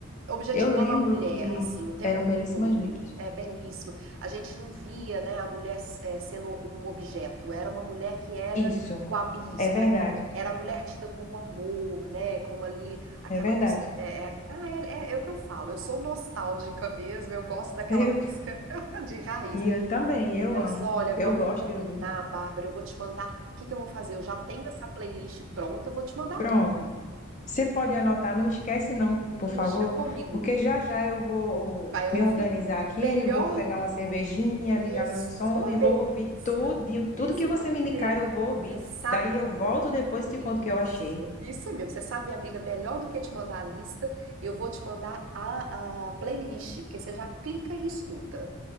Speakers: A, on the right; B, on the left.
A: objetivando
B: Eu lembro
A: a mulher,
B: que
A: assim, o tempo
B: eram belíssimas
A: todo.
B: letras.
A: É belíssimo. A gente não via, né, a mulher eh, sendo um objeto. Era uma mulher que era
B: Isso,
A: o a- isso,
B: é verdade,
A: é- era a mulher tida como amor, né? Como ali aquela
B: é verdade.
A: pessoa. É, é, ah, é, é- é o que eu falo, eu sou nostálgica mesmo, eu gosto daquela
B: Eu,
A: música <laughs> de raiz.
B: e eu também, eu
A: Mas
B: amo.
A: olha,
B: Eu
A: vamos
B: gosto
A: combinar,
B: de ouvir.
A: Bárbara. Eu vou te mandar. O que que eu vou fazer? Eu já tenho essa playlist pronta, eu vou te mandar
B: Pronto.
A: tudo.
B: Você pode anotar, não esquece não, por
A: Deixa
B: favor,
A: comigo
B: porque já já eu vou
A: vai ouvir.
B: me organizar aqui,
A: Melhor.
B: vou pegar uma cervejinha,
A: Isso,
B: ligar meu som
A: ô
B: e
A: delícia.
B: vou ouvir tudo,
A: Isso
B: tudo que você me
A: mesmo.
B: indicar eu vou ouvir.
A: Você sabe,
B: Daí
A: minha.
B: eu volto depois e te
A: Isso,
B: conto o que eu achei.
A: isso mesmo. Você sabe, minha amiga, melhor do que te mandar a lista, eu vou te mandar a, a playlist, porque você já clica e escuta.